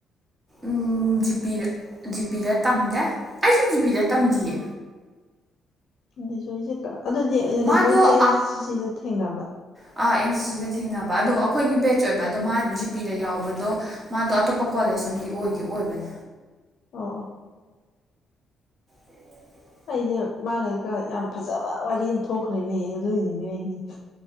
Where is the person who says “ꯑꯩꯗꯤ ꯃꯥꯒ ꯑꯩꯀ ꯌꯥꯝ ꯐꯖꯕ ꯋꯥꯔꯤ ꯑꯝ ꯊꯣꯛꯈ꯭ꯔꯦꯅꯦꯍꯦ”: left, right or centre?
Left